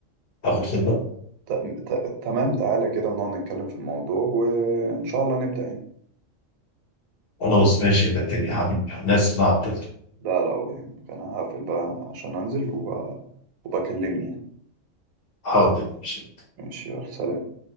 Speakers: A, on the left; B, on the right.
A: آخد خبرة
B: ت- ت- تمام تعالى كده نقعد نتكلم في الموضوع وإن شاء الله نبدأ يعني
A: خلاص ماشي ده الدنيا يا حبيبي أنا آسف إن أنا عطلت
B: لا لا ولا يهمك أنا هقفل بقى عشان أنزل و... وبكلمني يعني
A: حاضر ماشي
B: ماشي يلا سلام